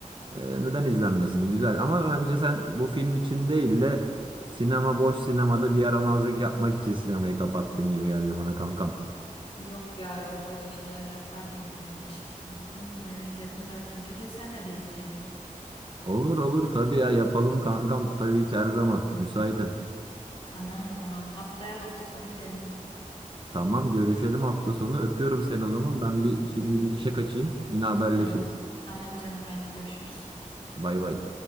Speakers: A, on the right; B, on the left.
A: Ee, neden izlenmesin? Güzel ama bence sen bu film için değil de sinema boş sinemada bir yaramazlık yapmak için sinemayı kapattın gibi geldi bana kankam.
B: Yok ya yok öyle şeyler yapar mıyım ben hiç? Gittim filmimi izledim döndüm. Bir gün senle de izleyelim.
A: Olur olur tabii ya yapalım kankam tabii ki her zaman müsaitim.
B: Tamam o zaman haftaya hafta sonu gidelim.
A: Tamam görüşelim hafta sonu öpüyorum seni o zaman ben bir şimdi bir işe kaçayım yine haberleşiriz.
B: Tamam. Tamam canım haydi görüşürüz.
A: Bay bay.